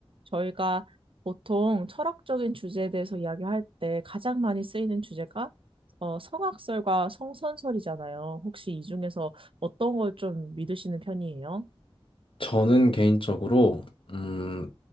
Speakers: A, on the right; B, on the left.
A: 저희가 보통 철학적인 주제에 대해서 이야기할 때 가장 많이 쓰이는 주제가 어, 성악설과 성선설이잖아요. 혹시 이 중에서 어떤 걸 좀 믿으시는 편이에요?
B: 저는 개인적으로 음,